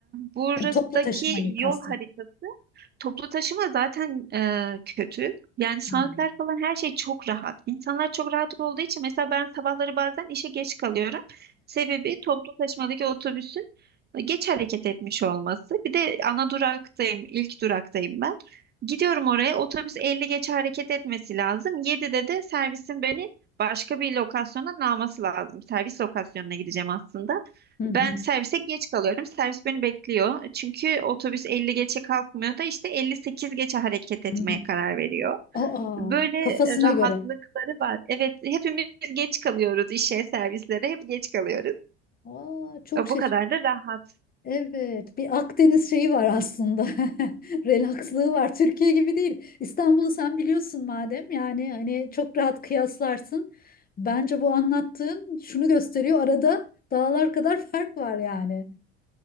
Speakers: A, on the right; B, on the left.
A: buradaki
B: Yani toplu taşımayı
A: yol
B: kastet.
A: haritası Toplu taşıma zaten e, kötü. Yani saatler
B: Hmm.
A: falan her şey çok rahat. İnsanlar çok rahat olduğu için mesela ben sabahları bazen işe geç kalıyorum. Sebebi toplu taşımadaki otobüsün geç hareket etmiş olması. Bir de ana duraktayım, ilk duraktayım ben. Gidiyorum oraya otobüs 50 geç hareket etmesi lazım. 7'de de servisin beni başka bir lokasyondan alması lazım. Servis lokasyonuna gideceğim aslında.
B: Hı
A: Ben
B: hı.
A: servise geç kalıyorum. Servis beni bekliyor. Çünkü otobüs 50 geçe kalkmıyor da işte 58 geçe hareket etmeye
B: Hı.
A: karar veriyor.
B: Aa,
A: Böyle
B: kafasına
A: e, rahatlıkları
B: göre.
A: var. Evet, hepimiz geç kalıyoruz işe, servislere hep geç kalıyoruz.
B: Aa, çok şaşır.
A: Bu kadar da rahat.
B: Evet, bir Akdeniz şeyi var aslında. <laughs> Relakslığı var. Türkiye gibi değil. İstanbul'u sen biliyorsun madem. Yani hani çok rahat kıyaslarsın. Bence bu anlattığın şunu gösteriyor. Arada dağlar kadar fark var yani.